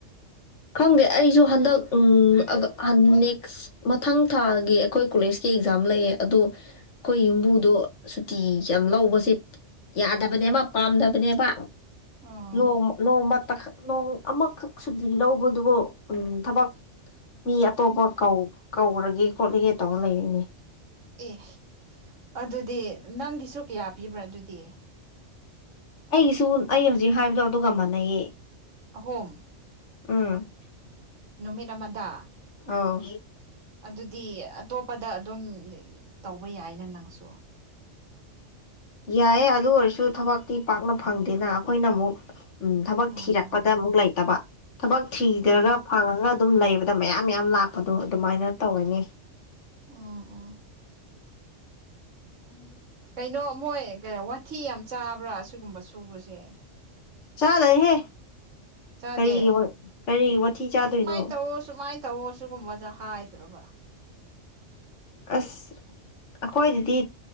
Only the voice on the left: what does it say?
ꯈꯪꯗꯦ ꯑꯩꯁꯨ ꯍꯟꯗꯛ ꯎꯝ ꯑꯒ ꯍꯟꯅꯦꯛꯁ ꯃꯊꯪ ꯊꯥꯒꯤ ꯑꯩꯈꯣꯏ ꯀꯣꯂꯦꯖꯀꯤ ꯑꯦꯛꯖꯥꯝ ꯂꯩꯌꯦ ꯑꯗꯨ ꯑꯩꯈꯣꯏ ꯌꯨꯝꯕꯨꯗꯣ
ꯁꯨꯇꯤ ꯌꯥꯝ ꯂꯧꯕꯁꯦ ꯌꯥꯗꯕꯅꯦꯕ ꯄꯥꯝꯗꯕꯅꯦꯕ
ꯅꯣꯡꯃ ꯅꯣꯡꯃꯇ ꯈꯛ ꯅꯣꯡ ꯑꯃꯈꯛ ꯁꯨꯗꯤ ꯂꯧ ꯕꯗꯨꯕꯥꯎ ꯎꯝ ꯊꯕꯛ ꯃꯤ ꯑꯇꯣꯞꯄ ꯀꯧ ꯀꯧꯔꯒꯦ ꯈꯣꯠꯂꯒꯦ ꯇꯧꯔ ꯂꯩꯔꯤꯅꯦ
ꯑꯩꯒꯤꯁꯨ ꯑꯩ ꯍꯧꯖꯤꯛ ꯍꯥꯏꯕꯗꯣ ꯑꯗꯨꯒ ꯃꯥꯟꯅꯩꯌꯦ
ꯎꯝ
ꯑꯥꯎ
ꯌꯥꯏꯌꯦ ꯑꯗꯨ ꯑꯣꯏꯔꯁꯨ ꯊꯕꯛꯇꯤ ꯄꯥꯛꯅ ꯐꯪꯗꯦꯅ ꯑꯈꯣꯏꯅ ꯑꯃꯨꯛ ꯎꯝ ꯊꯕꯛ
ꯊꯤꯔꯛꯄꯗ
ꯑꯃꯨꯛ ꯂꯩꯇꯕ ꯊꯕꯛ ꯊꯤꯗ꯭ꯔꯒ
ꯐꯪꯉꯒ ꯑꯗꯨꯝ ꯂꯩꯕꯗ ꯃꯌꯥꯝ ꯃꯌꯥꯝ ꯂꯥꯛꯄꯗꯣ ꯑꯗꯨꯃꯥꯏꯅ ꯇꯧꯔꯅꯤ
ꯆꯥꯔꯣꯏꯍꯦ
ꯀꯔꯤꯒꯤ ꯋꯥ ꯀꯔꯤꯒꯤ ꯋꯥꯊꯤ ꯆꯥꯗꯣꯏꯅꯣ
ꯑꯁ ꯑꯈꯣꯏꯗꯗꯤ